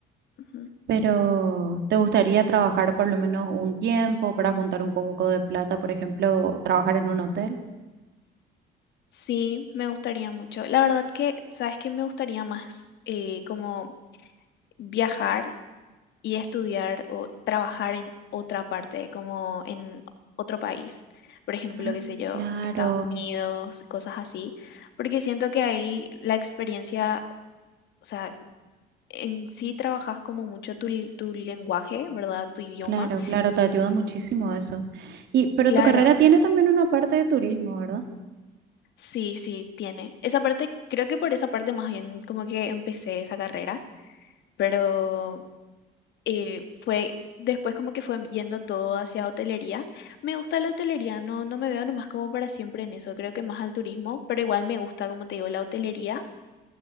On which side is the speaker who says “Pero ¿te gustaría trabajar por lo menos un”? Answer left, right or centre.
Right